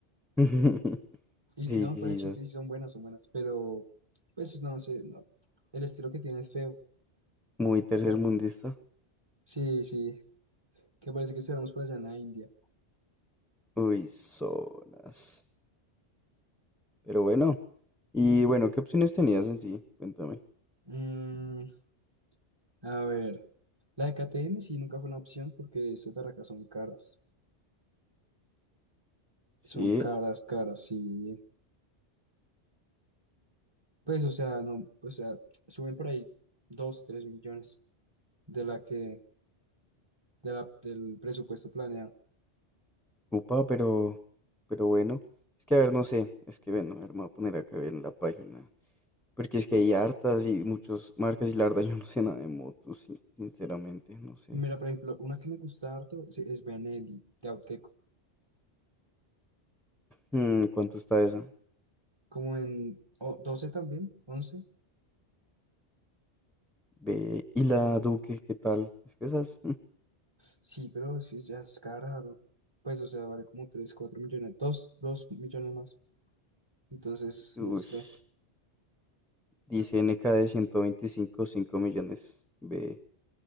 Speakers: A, in the centre; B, on the right.
A: <laughs>
B: Y
A: Sí,
B: no,
A: quizás.
B: fuera de chiste, sí son buenas, son buenas, pero pues no sé, no. El estilo que tiene es feo.
A: Muy tercermundista.
B: O sea, no. Sí, sí, que parece que estuviéramos por allá en la India.
A: Uy, zonas. Pero bueno. Y bueno, ¿qué opciones tenías en sí? Cuéntame.
B: Mm, a ver, la de KTM sí nunca fue una opción porque esas barracas son caras. Son
A: Sí.
B: caras, caras, sí. Pues, o sea, no, o sea, suben por ahí 2 3 millones de la que, de la, del presupuesto planeado.
A: Upa, pero, pero bueno, es que a ver, no sé, es que bueno, a ver, me voy a poner acá en la página, porque es que hay hartas y muchas marcas y la verdad yo no sé nada de motos, sin- sinceramente, no sé.
B: Mira, por ejemplo, una que me gusta harto sí, es Benelli, de Auteco.
A: Mm, ¿cuánto está esa?
B: Como en o- 12 también, once
A: Ve, y la Duque, ¿qué tal? Es que esas, <laughs>
B: Sí, pero sí, ya es caro. Pues, o sea, vale como 3 4 millones, dos dos millones más. Entonces,
A: ush,
B: no sé.
A: dice N K de ciento veinticinco cinco millones, ve,